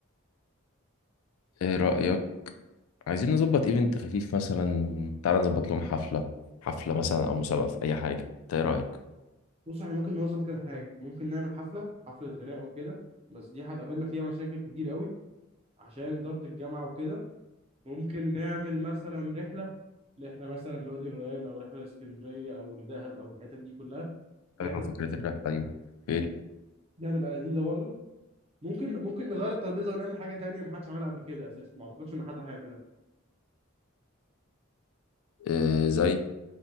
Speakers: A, on the left (about 85°); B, on the right (about 30°).
A: ايه رايك عايزين نظبط ايفنت خفيف مثلا تعالى نظبط لهم حفله حفله مثلا او مسابقه في اي حاجه انت ايه رايك
B: بص احنا ممكن ننظم كذا حاجة ممكن نعمل حفلة حفلة غناء وكده بس دي هتقابلنا فيها مشاكل كتير قوي عشان إدارة الجامعة وكده ممكن نعمل مثلا رحلة احنا مثلا لوادي الريان او رحلة لاسكندرية او لدهب او الحتت دي كلها دي
A: انا
B: هتبقى
A: فكره الرحله دي ايه
B: دي هتبقى لذيذة برضه ممكن ممكن نغير الترابيزه ونعمل حاجه تانية ما حدش عملها قبل كده اساسا ما اعتقدش ان حد هيعملها
A: آه زي